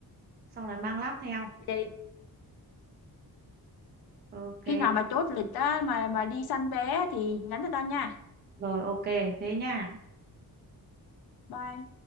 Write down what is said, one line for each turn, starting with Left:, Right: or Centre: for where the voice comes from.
Right: Xong rồi mang láp theo.
Left: vậy
Right: Ok.
Left: khi nào mà chốt lịch á mà mà đi săn vé thì nhắn cho tao nha
Right: Rồi ok, thế nha.
Left: bye